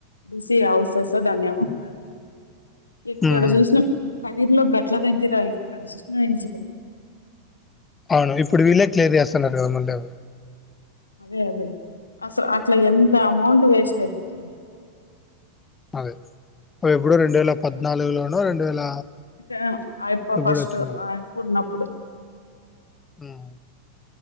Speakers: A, on the left; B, on the left.
A: బి సి హౌసెస్ దాన్ని ఏమంటారు
B: అవును
A: ఎక్కడ చూసినా కదిర్లో గట్ల దగ్గర <unintelligible>
B: అవును ఇప్పుడు వీళ్ళే క్లియర్ చేస్తున్నారు కదా మళ్ళీ అవి
A: అదే అదే అస ఆ ట్లా ఎంత
B: హ్మ్.
A: అమౌంట్ వేస్ తేపోతున్నా
B: అది పో ఎప్పుడో రెండు వేల పద్నాలుగులోనో రెండు వేల
A: చా అయప్ప
B: ఎప్పుడు
A: ఫస్ట్
B: వచ్చినవి
A: <unintelligible> ప్పుడు
B: ఉమ్మ్